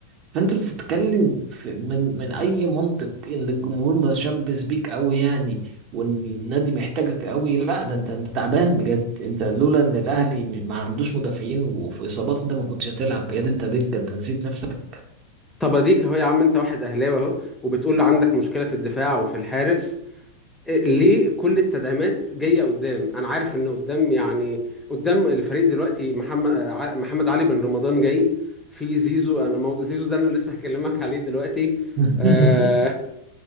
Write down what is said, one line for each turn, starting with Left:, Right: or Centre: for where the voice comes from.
Right: فانت بتتكلم في... من من اي منطق ان الجمهور متشبث بيك قوي يعني وان النادي محتاجك قوي لا ده انت انت تعبان بجد انت لولا ان الاهلي ما عندوش مدافعين وفي اصابات انت ما كنتش هتلعب يا ده انت دكه انت نسيت نفسك
Centre: طب أديك أهو يا عم أنت واحد أهلاوي أهو وبتقول عندك مشكلة في الدفاع وفي الحارس ليه كل التدعيمات جايه قدام انا عارف ان قدام يعني قدام الفريق دلوقتي محمد آه، ع- محمد علي بن رمضان جاي في زيزو انا مو... زيزو ده انا لسه هكلمك عليه دلوقتي
Right: <laughs>
Centre: آه